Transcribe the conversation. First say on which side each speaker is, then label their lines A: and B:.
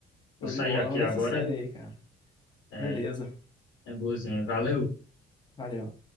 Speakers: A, on the left; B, on the left.
A: Vou
B: Show
A: sair
B: de bola,
A: aqui
B: vou ver
A: agora.
B: essa série aí, cara.
A: É,
B: Beleza.
A: é boazinha. Valeu!
B: Valeu.